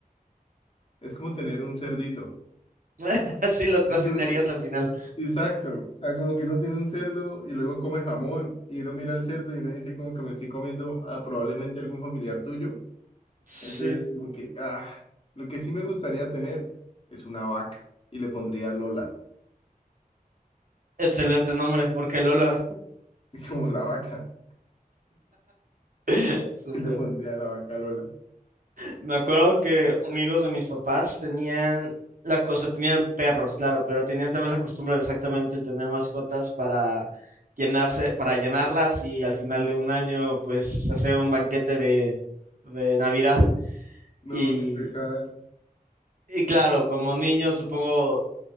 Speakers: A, on the left; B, on the right.
A: Es como tener un cerdito.
B: <laughs> Así lo cocinarías
A: Porque, bro,
B: al final.
A: Exacto, o sea, como que uno tiene un cerdo y luego come jamón y uno mira el cerdo y uno dice como que me estoy comiendo a probablemente algún familiar tuyo.
B: Sí,
A: Entonces, como que, ah, lo que sí me gustaría tener es una vaca y le pondría Lola,
B: excelente nombre, porque Lola,
A: <laughs> como la vaca,
B: <laughs> súper.
A: sí le pondría la vaca Lola.
B: Me acuerdo que amigos de mis papás tenían la cosa, tenían perros, claro, pero tenían también la costumbre de exactamente tener mascotas para llenarse, para llenarlas y al final de un año, pues hacer un banquete de, de Navidad.
A: No,
B: Y,
A: qué pesar.
B: y claro, como niños supongo